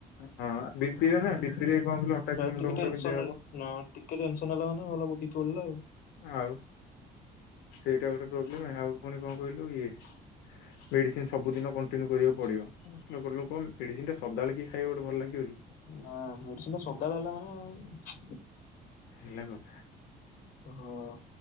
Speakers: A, on the left (about 85°); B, on the left (about 60°).
A: ହଁ ବି ପିରେ ନା ବି ପି ରେ କଣ କହିଲୁ ହଠାତ
B: ପ୍ରାୟ
A: କିନି ମୁଣ୍ଡ
B: ଟିକେ
A: ଫୁଣ୍ଡ
B: ଟେନସନ
A: ବିନ୍ଧେଇ ହବ।
B: ନା ଟିକେ ଟେନସନ ହେଲା ମାନେ ଭଲ <unintelligible> ପଡିଲେ ଆଉ।
A: ଆଉ ସେଇଟା ଗୋଟେ ପ୍ରୋବ୍ଲେମ ଆଉ ପୁଣି କଣ କହିଲୁ ଇଏ ମେଡିସିନ ସବୁଦିନ କଣ୍ଟିନ୍ୟୁ କରିବାକୁ ପଡିବ। ନକଲେ କଣ ମେଡ଼ିସିନଟା ସଦାବେଳ କିଏ ଖାଇବ ଗୋଟେ ଭଲ ଲାଗିବ କି।
B: ହଁ ମେଡିସିନ ଟା ସଦାବେଳେ ହେଲା ମାନେ
A: ଏଇ ହେଲା କଥା।
B: ହଁ।